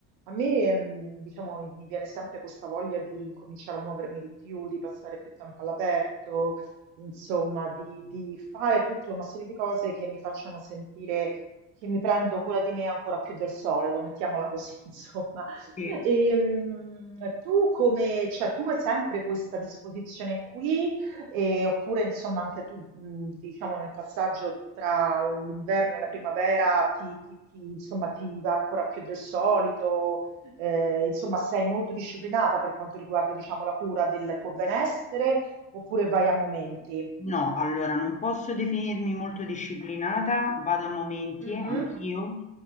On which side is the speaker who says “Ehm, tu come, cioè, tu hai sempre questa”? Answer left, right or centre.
Right